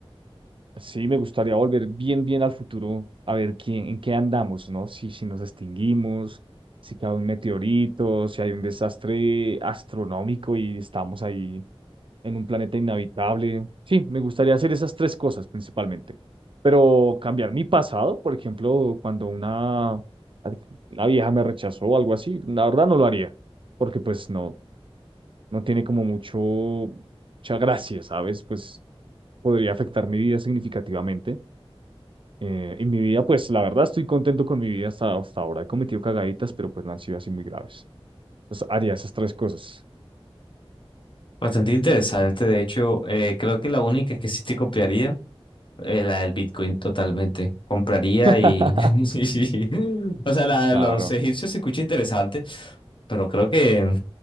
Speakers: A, on the right (about 55°); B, on the left (about 55°).
A: Sí, me gustaría volver bien, bien al futuro, a ver quién, en qué andamos, ¿no? Si, si nos extinguimos, si cae un meteorito, si hay un desastre astronómico y estamos ahí en un planeta inhabitable. Sí, me gustaría hacer esas tres cosas principalmente. Pero cambiar mi pasado, por ejemplo, cuando una, una vieja me rechazó o algo así, la verdad no lo haría, porque pues no, no tiene como mucho, mucha gracia, ¿sabes? Pues podría afectar mi vida significativamente. Eh, y mi vida, pues la verdad estoy contento con mi vida hasta, hasta ahora. He cometido cagaditas, pero pues no han sido así muy graves. Entonces haría esas tres cosas.
B: Bastante interesante, de hecho, eh, creo que la única que sí te copiaría. eh, la del Bitcoin totalmente. Compraría
A: <laughs>
B: y... <laughs> sí. sí. O sea, la
A: Claro,
B: de los egipcios se escucha interesante, pero creo que